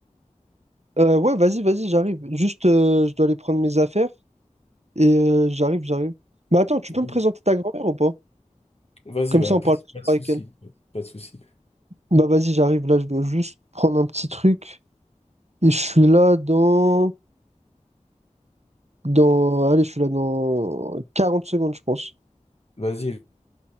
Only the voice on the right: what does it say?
euh, ouais, vas-y, vas-y, j'arrive. Juste, euh, je dois aller prendre mes affaires et euh, j'arrive, j'arrive. Mais attends, tu
peux me présenter ta grand-mère ou pas?
Comme
ça, on
parle
plus
avec elle.
Bah vas-y, j'arrive. Là, je dois juste prendre un petit truc et je suis là dans... dans... Allez, je suis là dans 40 secondes, je pense.